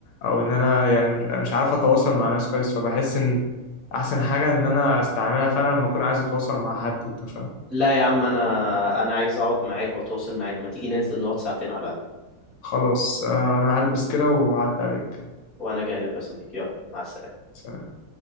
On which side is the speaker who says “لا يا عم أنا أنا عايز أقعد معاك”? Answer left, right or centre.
Centre